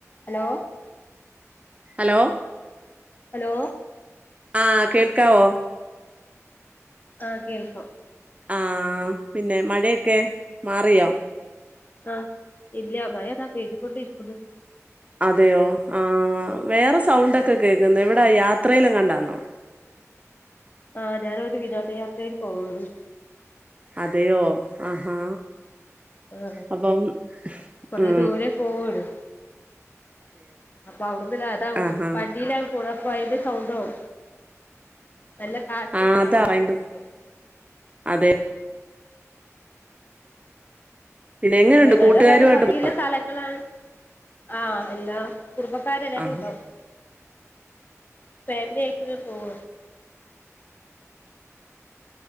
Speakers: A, on the left; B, on the right.
A: Hello
B: hello
A: hello
B: ആഹ കേൾക്കാവോ
A: ആഹകേൾക്ക
B: ആ പിന്നെ മഴയൊക്കെ മാറിയോ
A: ആഹ് ഇല്ല മഴ ഇതാ പെയ്തുണ്ടിരിക്കുന്നു
B: അതെയോ ആ വേറെ സൗണ്ടൊക്കെ
A: ഉം
B: കേൾക്കുന്നത് എവിടെ എ യാത്രയിലും കണ്ടന്നു
A: ആഹ ഞാന ഒരു വിനോദയാത്രയിൽ പോവു
B: അതെയോ ആഹാ
A: ആഹ്
B: അപ്പം
A: കൊറേ
B: ഉ
A: ദൂരെ പോവാണ് അപ്പൊ അവിടന്നില്ല അതാ
B: ആഹാ
A: വണ്ടിയില ള പ ബി സൗണ്ട ഉ നല്ല കാറ്റും
B: ആഹ്
A: മായക്കെ
B: അതാ
A: പെയ്യുന്നുണ്ട്
B: ഭയങ്കര അതെ പിന്നെ എങ്ങനെയുണ്ട്
A: അത നല്ല
B: കൂട്ടുകാരുമായിട്ട്
A: തോന്ന ഭംഗിയില
B: പോ
A: സ്ഥലങ്ങളാണ് ആഹ എല്ലാ കുടുംബക്കാരല്ലായിട്ടും
B: ആഹ്
A: ഉണ്ടാവും ഫാമിലി ആയിക്കു പോവ